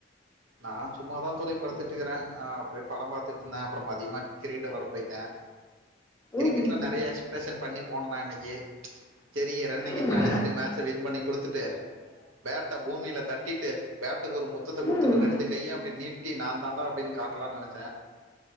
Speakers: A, on the right (about 85°); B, on the left (about 15°).
A: நா சும்மாதா தோழி படுத்திட்டுருக்கிறே அ அப்படியே பட பாத்துட்டுருந்தே அப்புற மதியமா கிரிக்கெட் விளாட போயிட்டே கிரிக்கெட்ல
B: ம்
A: நெறைய எக்ஸ்பரஷன் பண்ணி போன நா இன்னிக்கி சரி ரன் கின்னு
B: ம்
A: அடிச்சிட்டு மேட்ச வின் பண்ணி குடுத்துட்டு பேட்ட பூமில தட்டிட்டு பேட்டுக்கு ஒரு முத்தத்த குடுத்
B: ம்
A: ரெண்டு கைய அப்டி நீட்டி நா தாண்ட அப்டின்னு காட்டலான் நெனச்சே